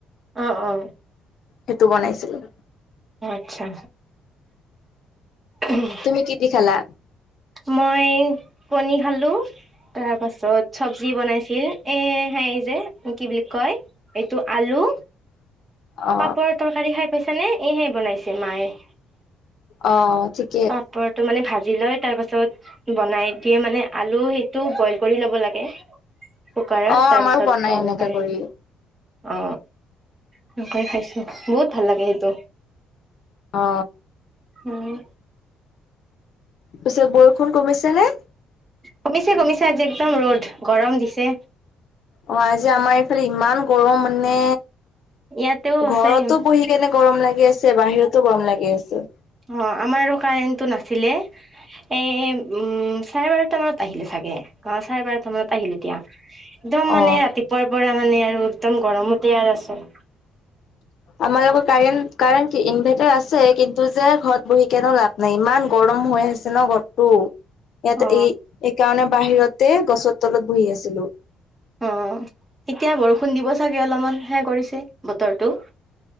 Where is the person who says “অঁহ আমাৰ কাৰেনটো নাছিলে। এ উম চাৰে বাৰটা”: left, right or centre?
Right